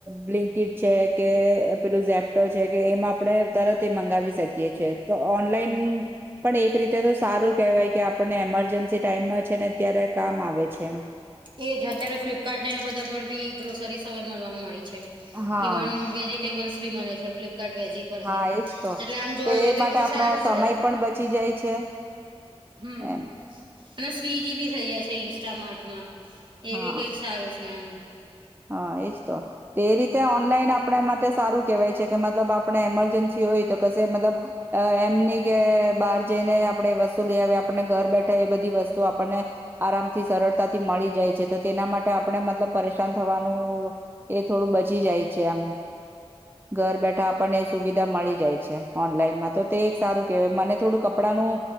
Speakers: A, on the right; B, on the right.
A: બ્લિંકટ છે કે પેલું ઝેપ્ટો છે કે એમાં આપણે તરત એ મંગાવી શકીએ છે તો ઓનલાઈન પણ એક રીતે તો સારું કહેવાય કે આપણને એમરજન્સી ટાઈમમાં છે ને અત્યારે કામ આવે છે એમ.
B: એજ અત્યારે ફ્લિપકાર્ટને એ બધા પર બી ગ્રોસરીસ હવે મળવા મળી છે.
A: હા
B: ઇવન વેજીિટેબલ્સ બી મળે છે ફ્લિપકાર્ટ વેજી ઉપરથી
A: હા એજ તો
B: એટલે આમ જોવા જઈએ તો
A: માટે
B: એ બધું
A: આપણો
B: સારું
A: સમય
B: છે.
A: પણ બચી જાય છે
B: હમ્મ
A: એમ
B: અને સ્વિગી બી થઈ જાય છે ઇન્સ્ટામાર્ટમાં એવી
A: હા.
B: કઈક સારું છે એમ.
A: હા એજ તો તે રીતે ઓનલાઈન આપ આપણા માટે સારું કેહેવાય છે કે મતલબ આપણે એમરજન્સી હોય તો કશે મતલબ અ એમની કે બહાર જઈને આપણેે વસ્તુ લઈ આવીએ આપણને ઘર બેઠા એ બધી વસ્તુ આપણને આરામથી સરળતાથી મળી જાય છે તો તેના માટે આપણે મતલબ પરે નુકસાન થવાનું એ થોડું બચી જાય છે આમ. ઘર બેઠા આપણને સુવિધા મળી જાય છે ઓનલાઈનમાં તો તે એક સારું કેહેવાય મને થોડું કપડાંનું